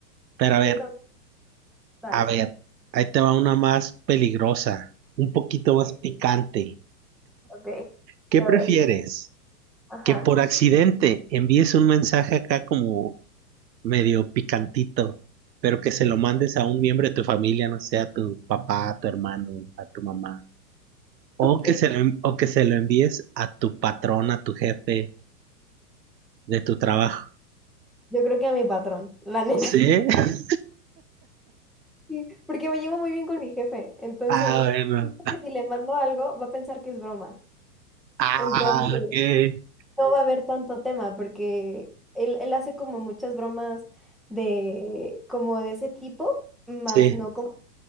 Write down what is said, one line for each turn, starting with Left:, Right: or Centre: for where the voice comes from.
Right: Pero
Centre: sí,
Right: a ver,
Centre: yo también. Dale.
Right: a ver, ahí te va una más peligrosa, un poquito
Centre: Ok,
Right: más picante.
Centre: ok,
Right: ¿Qué
Centre: a
Right: prefieres?
Centre: ver. Ajá.
Right: Que por accidente envíes un mensaje acá como medio picantito, pero que se lo mandes a un miembro de tu familia, no sé, a tu papá, a tu hermano, a tu mamá O
Centre: Ok.
Right: que se lo, en- o que se lo envíes a tu patrón, a tu jefe de tu trabajo.
Centre: Yo creo que a mi patrón, la <laughs> neta.
Right: ¿Sí? <laughs>
Centre: Sí, porque me llevo muy bien con mi jefe, entonces
Right: Ah, bueno.
Centre: siento que si le mando algo va a pensar que es broma,
Right: Ah,
Centre: entonces
Right: ok.
Centre: no va a haber tanto tema porque él, él hace como muchas bromas de como de ese tipo, más
Right: Sí.
Centre: no como